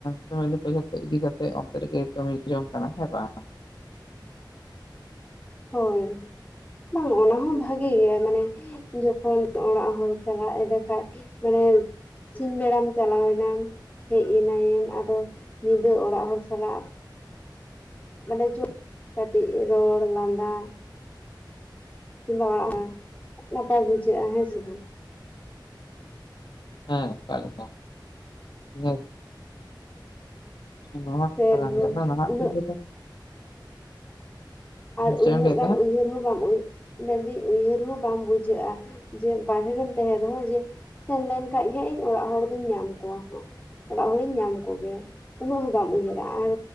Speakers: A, on the left; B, on the left.
A: ᱯᱷᱮᱢᱮᱞᱤ ᱠᱚ ᱡᱚᱛᱚ ᱤᱫᱤ ᱠᱟᱛᱮ ᱚᱱᱛᱮ ᱨᱮᱜᱮ ᱠᱟᱹᱢᱤ ᱡᱚᱝ ᱠᱟᱱᱟ ᱦᱮᱸ ᱵᱟᱝ?
B: ᱦᱳᱭ ᱵᱟᱝ ᱚᱱᱟ ᱦᱚᱸ ᱵᱷᱟᱜᱮ ᱜᱮᱭᱟ, ᱢᱟᱱᱮ ᱡᱚᱠᱷᱚᱱ ᱚᱲᱟᱜ ᱦᱚᱲ ᱥᱟᱞᱟᱜ ᱮᱱᱰᱮᱠᱷᱟᱭ ᱢᱟᱱᱮ ᱥᱤᱧ ᱵᱮᱲᱟᱢ ᱪᱟᱞᱟᱣ ᱮᱱᱟᱢ ᱦᱮᱡ ᱮᱱᱟᱭᱮᱢ, ᱟᱫᱚ ᱧᱤᱫᱟᱹ ᱚᱲᱟᱜ ᱦᱚᱲ ᱥᱟᱞᱟᱜ ᱢᱟᱱᱮ ᱠᱟᱹᱴᱤᱡ ᱨᱚᱲ, ᱞᱟᱸᱫᱟ <unintelligible> ᱱᱟᱯᱟᱭ ᱵᱩᱡᱷᱟᱹᱜᱼᱟ ᱦᱮᱸ ᱥᱮ ᱵᱟᱝ?
A: ᱦᱮᱸ, ᱮᱠᱟᱞ ᱮᱠᱟᱞ, ᱤᱱᱟ ᱱᱚᱣᱟᱱᱢᱟ
B: ᱥᱮ
A: ᱠᱟᱛᱷᱟ ᱠᱟᱱ ᱜᱮ, ᱟᱫᱚ ᱱᱟᱦᱟᱜ
B: ᱩᱱᱟᱹᱜ
A: ᱡᱩᱜᱽ ᱨᱮ ᱫᱚ
B: ᱟᱨ
A: ᱪᱮᱫ
B: ᱩᱱᱟᱹᱜ
A: ᱮᱢ ᱞᱟᱹᱭ ᱮᱫ
B: ᱜᱟᱱ
A: ᱛᱟᱦᱮᱸᱫ
B: ᱩᱭᱦᱟᱹᱨ ᱦᱚᱸ ᱵᱟᱢ ᱩᱭᱦᱟᱹᱨ ᱢᱮᱱᱫᱟᱹᱧ ᱩᱭᱦᱟᱹᱨ ᱦᱚᱸ ᱵᱟᱢ ᱵᱩᱡᱷᱟᱹᱜᱼᱟ ᱡᱮ ᱵᱟᱦᱨᱮ ᱨᱮᱢ ᱛᱟᱦᱮᱸᱱ ᱨᱮᱦᱚᱸ ᱡᱮ ᱥᱮᱱ ᱞᱮᱱᱠᱷᱟᱡ ᱜᱮ ᱦᱟᱸᱜ ᱤᱧ ᱚᱲᱟᱜ ᱦᱚᱲ ᱫᱩᱧ ᱧᱟᱢ ᱠᱚᱣᱟ ᱦᱟᱸᱜ, ᱚᱲᱟᱜ ᱦᱚᱲᱤᱧ ᱧᱟᱢ ᱠᱚᱜᱮᱭᱟ ᱾ ᱩᱱᱟᱹᱜ ᱦᱚᱸ ᱵᱟᱢ ᱩᱭᱦᱟᱹᱨᱟ, ᱟᱨ